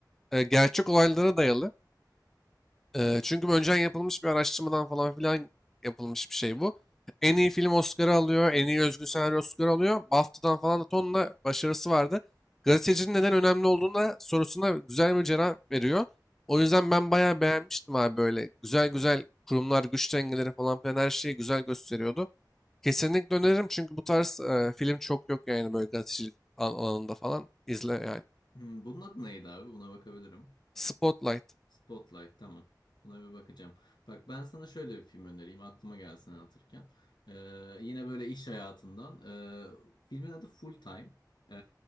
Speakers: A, in the centre; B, on the left (about 75°).
A: e, gerçek olaylara dayalı. Eee, çünkü bu önceden yapılmış bir araştırmadan falan filan yapılmış bir şey bu. En iyi film Oscar'ı alıyor, en iyi özgün senaryo Oscar'ı alıyor. BAFTA'dan falan da tonla başarısı vardı. Gazetecinin neden önemli olduğunu da sorusuna güzel bir cevap veriyor. O yüzden ben bayağı beğenmiştim abi böyle. Güzel güzel kurumlar, güç dengeleri falan filan her şeyi güzel gösteriyordu. Kesinlikle öneririm çünkü bu tarz eee, film çok yok yani böyle gazetecilik al- alanında falan. İzle yani.
B: Hmm, bunun adı neydi abi? Buna bakabilirim.
A: Spotlight.
B: Spotlight tamam. Buna bir bakacağım. Bak ben sana şöyle bir film önereyim aklıma gelsin anlatırken. Ee, yine böyle iş hayatından. Ee, filmin adı Full Time. Ee,